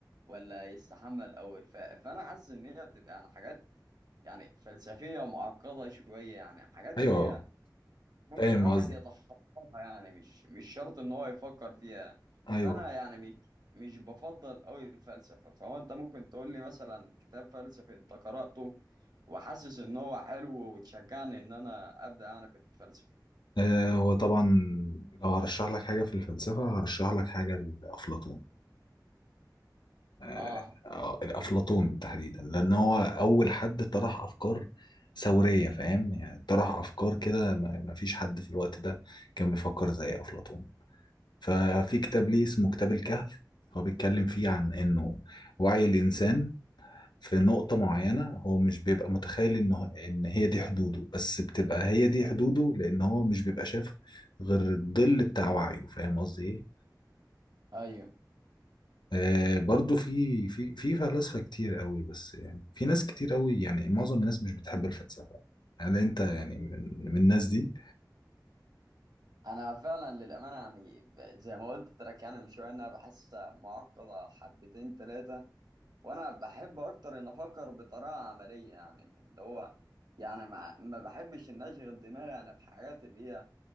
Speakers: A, on the right; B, on the left.
A: ولا يستحمى الاول ف... فانا حاسس ان هي بتبقى يعني حاجات يعني فلسفية معقدة شوية يعني حاجات
B: ايوه
A: اللي هي ممكن
B: فاهم
A: الواحد
B: قصدي
A: يتخطاها يعني مش مش شرط ان هو يفكر فيها
B: ايوه
A: فانا يعني مش مش بفضل قوي الفلسفه فهو انت ممكن تقول لي مثلا كتاب فلسفي انت قراته وحاسس ان هو حلو وتشجعني ان انا ابدا انا في الفلسفه
B: آه، هو طبعا لو هرشح لك حاجة في الفلسفة هرشح لك حاجة لأفلاطون آه،
A: اه
B: آه، الأفلاطون تحديدا لأن هو أول حد طرح أفكار ثورية فاهم؟ يعني طرح أفكار كده ما ما فيش حد في الوقت ده كان بيفكر زي أفلاطون ففي كتاب ليه اسمه كتاب الكهف هو بيتكلم فيه عن انه وعي الانسان في نقطة معينة هو مش بيبقى متخيل انه ان هي دي حدوده بس بتبقى هي دي حدوده لان هو مش بيبقى شاف غير الظل بتاع وعيه فاهم قصدي ايه؟
A: ايوه
B: آه برضو في في في فلاسفة كتير قوي بس يعني في ناس كتير قوي يعني معظم الناس مش بتحب الفلسفة هل انت يعني من من الناس دي؟
A: انا فعلا للامانه يعني زي ما قلت لك يعني من شويه إن انا بحسها معقده حبتين ثلاثه وانا بحب اكتر ان افكر بطريقه عمليه يعني من اللي هو يعني ما, ما بحبش ان اشغل دماغي انا بحاجات اللي هي